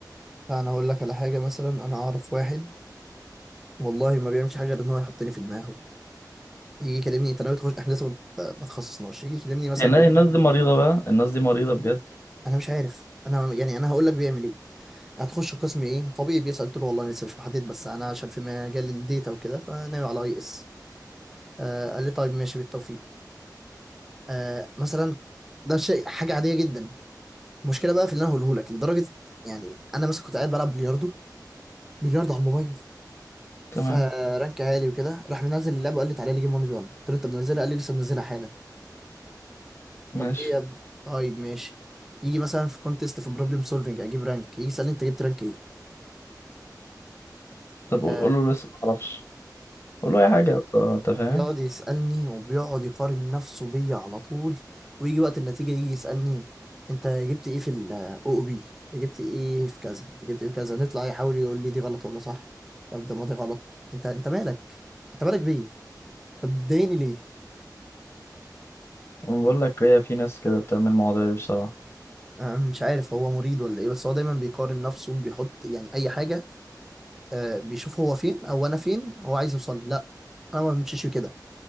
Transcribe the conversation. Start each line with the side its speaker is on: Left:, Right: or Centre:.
Centre: فانا هقول لك على حاجه مثلا انا اعرف واحد والله ما بيعملش حاجه غير ان هو يحطني في دماغه يجي يكلمني انت ناوي تخش احنا لسه ما ما تخصصناش يجي يكلمني مثلا
Left: يعني
Centre: يقول لي
Left: الناس دي مريضة بقى الناس دي مريضة بجد
Centre: انا مش عارف انا يعني انا هقول لك بيعمل ايه هتخش قسم ايه طبيب بيسأل قلت له والله لسه مش محدد بس انا عشان في مجال الديتا وكده فناوي على اي اس آه قال لي طيب ماشي بالتوفيق آه مثلا ده شيء حاجه عاديه جدا المشكله بقى في اللي انا هقوله لك لدرجه يعني انا مثلا كنت قاعد بلعب بلياردو بلياردو على الموبايل
Left: تمام
Centre: فرانك عالي وكده راح منزل اللعبه وقال لي تعالى لي جيم 1 في 1 قلت له انت منزلها قال لي لسه منزلها حالا
Left: ماشي
Centre: طب ليه يا ابني طيب ماشي يجي مثلا في كونتيست في بروبلم سولفنج اجيب رانك يجي يسالني انت جبت رانك
Left: طب قول
Centre: ايه
Left: له لسه ما اعرفش قول له اي حاجة يا اسطى، انت فاهم
Centre: بيقعد يسألني وبيقعد يقارن نفسه بيا على طول ويجي وقت النتيجة يجي يسألني انت جبت ايه في ال OOB انت جبت ايه في كذا انت جبت ايه في كذا نطلع يحاول يقول لي دي غلط ولا صح طب ده ما دي غلط انت انت مالك انت مالك بيا طب بتضايقني ليه
Left: أنا بقول لك هي في ناس كده بتعمل المواضيع دي بصراحة
Centre: انا مش عارف هو مريض ولا ايه بس هو دايما بيقارن نفسه وبيحط يعني اي حاجة آه بيشوف هو فين او انا فين هو عايز يوصل لي لا انا ما بمشيش كده